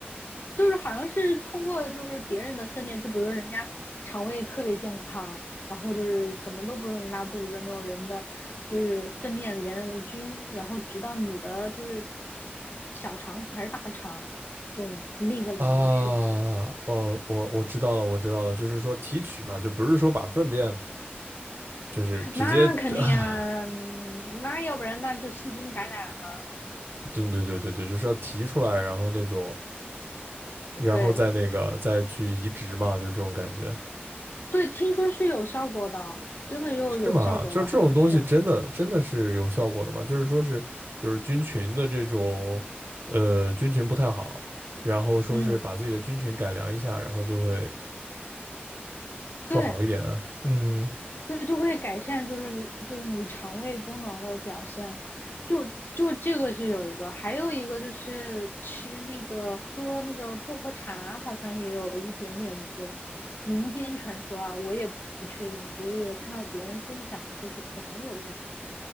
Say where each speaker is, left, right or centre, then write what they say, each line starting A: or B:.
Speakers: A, on the left; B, on the right.
A: 就是好像是通过就是别人的粪便，就比如说人家肠胃特别健康，然后就是怎么都不容易拉肚子那种人的，就是粪便里边的菌，然后直到你的就是小肠还是大肠，就是那个里面去，
B: 啊，哦，我我知道了，我知道了，就是说提取嘛，就不是说把粪便就是直接，
A: 那肯定啊，
B: <laughs>
A: 嗯那要不然那就细菌感染了
B: <sucks teeth> 对对对对对，就是要提出来，然后那种，然后再那个再去移植嘛，
A: 对
B: 就是这种感觉，
A: 对，听说是有效果的，真的又有效果的，
B: 是吗？就是这种东西真的真的是有效果的吗？
A: 好像是，
B: 就是说是就是菌群的这种，呃，菌群不太好，然后说是把自己的菌群改良一下，
A: 嗯，
B: 然后就会说好一点。
A: 对。
B: 嗯，
A: 对，就会改善，就是就是你肠胃功能的表现，就就这个是有一个，还有一个就是吃那个喝那个薄荷茶，好像也有一点点作用。民间传说啊，我也不确定，只是看到别人分享说是可能有用。